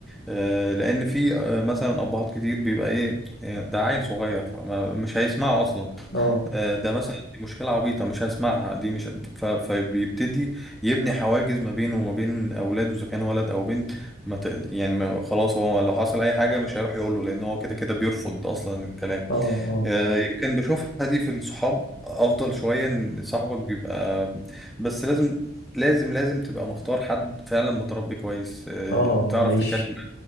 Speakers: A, in the centre; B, on the left.
A: آه، لان في آه، مثلا ابهات كتير بيبقى ايه آه، ده عيل صغير فمش هيسمعه اصلا
B: اه
A: آه، ده مثلا دي مشكله عبيطه مش هيسمعها دي مش ف- فبيبتدي يبني حواجز ما بينه وما بين اولاده اذا كان ولد او بنت ما تقد... يعني ما خلاص هو لو حصل اي حاجه مش هيروح يقوله لان هو كده كده بيرفض اصلا الكلام
B: اه اه
A: آه، يمكن بشوفها دي في الصحاب افضل شويه ان صاحبك بيبقى بس لازم لازم لازم تبقى مختار حد فعلا متربي كويس آه،
B: اه
A: تعرف
B: مش
A: تتكلم